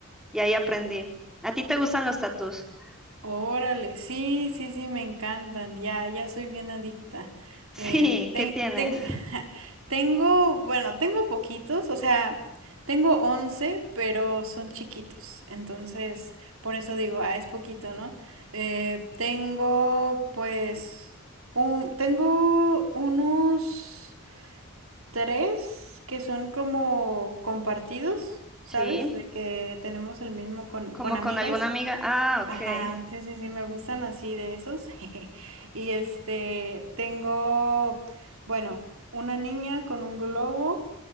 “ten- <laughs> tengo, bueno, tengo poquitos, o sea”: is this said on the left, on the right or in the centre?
Right